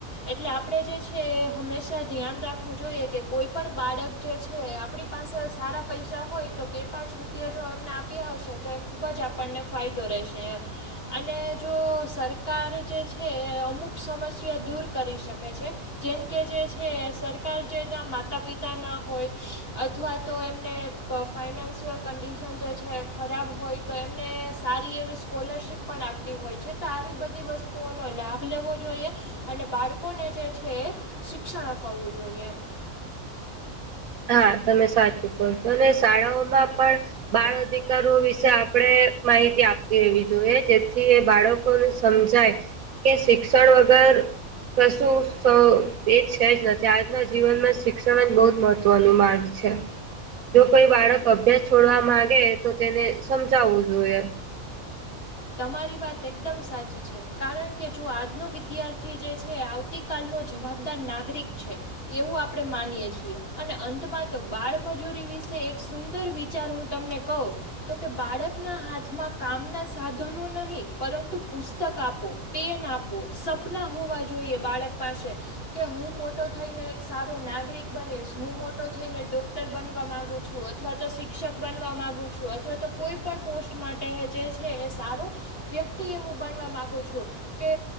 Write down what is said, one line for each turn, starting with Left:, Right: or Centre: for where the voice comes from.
Left: એટલે આપણે જે છે એ હંમેશા ધ્યાન રાખવું જોઈએ કે કોઈ પણ બાળક જે છે આપણી પાસે સારા પૈસા હોય તો બે પાંચ રૂપિયા જો એમને આપ્યા હશે તો એ ખૂબ જ આપણને ફાયદો રહેશે એમ અને જો સરકાર જે છે અમુક સમસ્યા દૂર કરી શકે છે. જેમ કે જે છે સરકાર જેના માતા પિતાના હોય અથવા તો એમને તો ફાઇનાન્શિયલ કન્ડિશન જે છે ખરાબ હોય તો એમને સારી એવી સ્કોલરશિપ પણ આપતી હોય છે તો આવી બધી વસ્તુઓનો લાભ લેવો અને બાળકોને જે છે એ શિક્ષણ અપાવવું જોઈએ એમ.
Right: હા તમે સાચું કર છો અને શાળાઓમાં પણ બાળ અધિકારો વિશે આપણે માહિતી આપતી રહેવી જોઈએ જેથી બાળકો ને સમજાય કે શિક્ષણ વગર કશું એ છે જ નથી આજના જીવનમાં શિક્ષણ જ બહું જ મહત્ત્વ માર્ગ છે જો કોઈ
Left: હા
Right: બાળક અભ્યાસ છોડવા માગે તો તેને સમજાવવું જોઈએ.
Left: તમારી વાત એકદમ સાચી છે કારણ કે જો આજનો વિદ્યાર્થી જે છે આવ આવતીકાલનો જવાબદાર નાગરિક છે. એવું આપડણે માનીયએ છીએ અને અંતમાં તો બાળમજૂરી વિશે એક સુંદર. વિચાર હું તમને કહું તો કે બાળકના હાથમાં કામના સાધ. ધનો નહીં પરંતુ પુસ્તક આપો પેન આપો સપના હોવા જોઈએ બાળક પાસે. કે હું મોટો થઈને એક સારો નાગરિક બનીશ હું મોટો થઈને ડોક્ટર બનવા માંગુ છું. અથવા તો શિક્ષક બનવા માંગુ છું અથવા તો કોઈ પણ પોસ્ટ માટે જે છે એસ સારું વ્યક્તિ એ હું બનવા માંગુ છું. કે